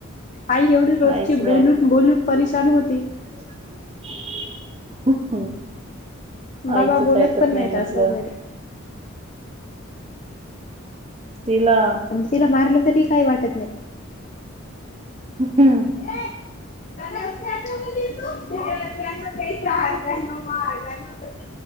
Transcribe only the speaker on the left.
आई एवढी रोजची
बोलून
बोलून परेशान होती.
बाबा
बोलत
पण
नाहीत
असं जरी
तिला मारलं तरी काही वाटत नाही.
<unintelligible> <unintelligible>